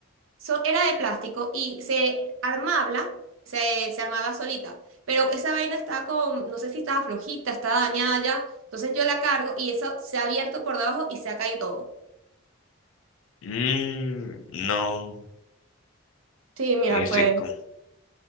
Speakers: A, on the right; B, on the left.
A: so- era de plástico y se armaba, se, se armaba solita, pero esa vaina estaba como, no sé si estaba flojita, estaba dañada ya, entonces yo la cargo y eso se ha abierto por debajo y se ha caído todo.
B: mm, no,
A: Sí, mira,
B: F,
A: fue,
B: como-